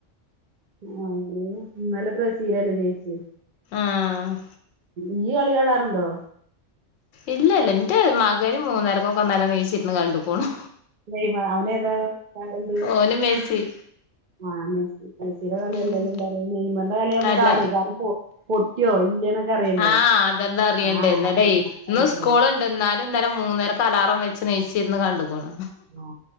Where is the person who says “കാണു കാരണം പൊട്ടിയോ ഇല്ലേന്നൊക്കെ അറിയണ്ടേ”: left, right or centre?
Right